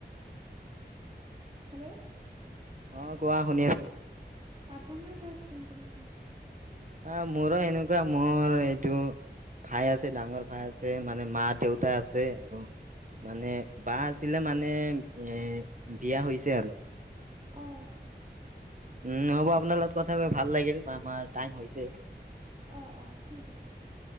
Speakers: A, on the right (about 30°); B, on the right (about 45°).
A: হেল্ল',
B: অ', কোৱা শুনি আছোঁ।
A: আপোনাৰ ঘৰত কোন কোন আছে?
B: অ', মোৰো এনুকাই, মোৰ এইটো ভাই আছে, ডাঙৰ ভাই আছে, মানে মা দেউতা আছে। আৰু মানে বা আছিলে মানে-এ বিয়া হৈছে আৰু।
A: অ', আচ্ছা।
B: উম, হ'ব। আপনাৰ লগত কথা কৈ ভাল লাগিল, আমাৰ টাইম হৈছে।
A: অ' অ', ঠিক আছে দিয়ক।